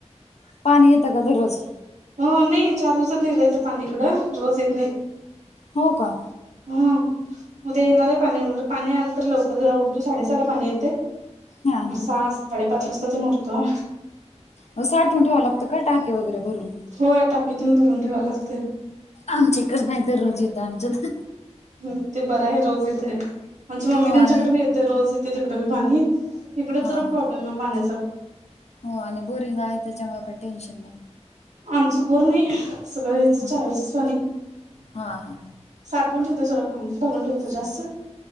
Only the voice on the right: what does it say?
हो, नाही चार दिवसांतन एकदा येत पाणी इकडं. रोज येत नाही.
हम. उद्या येणार आहे पाणी. पाणी आलं तर लवकर जरा उठतो. साडेसहाला पाणी येतय.
सहा, साडेपाच वाजता तेन उठतो.
होय. टाकीतून भरून ठेवाय लागतंय.
हम. ते बराय रोज येतेय. आमच्या मम्मी
त्यांच्याकडे
बी येतय, रोज येतय तिकड बी पाणी. इकडंच
जरा
प्रॉब्लेम आहे पाण्याचा.
आमचं बोर नाही. सगळं याचं
चावीचच पाणी.
साठवून ठेवतोय सोडा पाणी. भरून ठेवतोय जास्त.